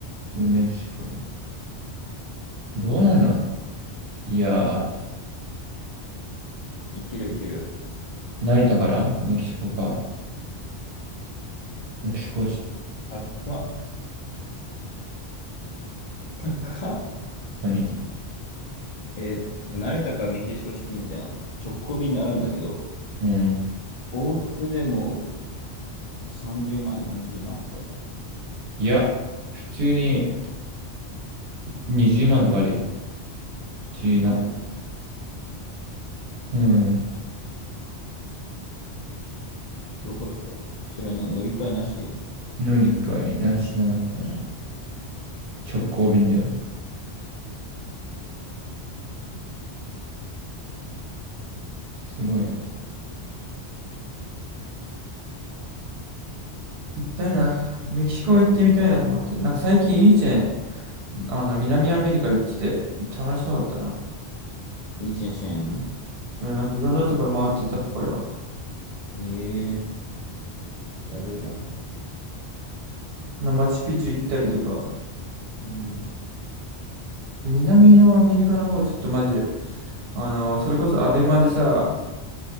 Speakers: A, on the right; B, on the left.
A: メキシコ。どうなんだろういや
B: いけるいける。
A: ー、成田からメキシコか。メキシコし、
B: ちょ、高っ、高っ。
A: 何
B: え、そう、成田かメキシコシティみたいな直行便であるんだけど、
A: うん。
B: 往復でも30万、40万みたいな。
A: いや、普通に、20万とかあるよ。17。
B: マジ
A: うん。
B: どこそれそれの乗り換えなし
A: 乗り換えなしなのかな。直行便だよ。すごいな。でも行きたいな。メキシコ行ってみたいなと思って。なんか最近いいチェーン、あの、南アメリカ行ってて楽しそうだったな。
B: いいチェンシェン
A: うん、なんかいろんなところ回ってたっぽいわ。
B: ええやるじゃん。
A: なマチュピチュ行ったりとか。
B: うん、
A: 南のアメリカの方、ちょっとマジで、あの、それこそアベマでさ、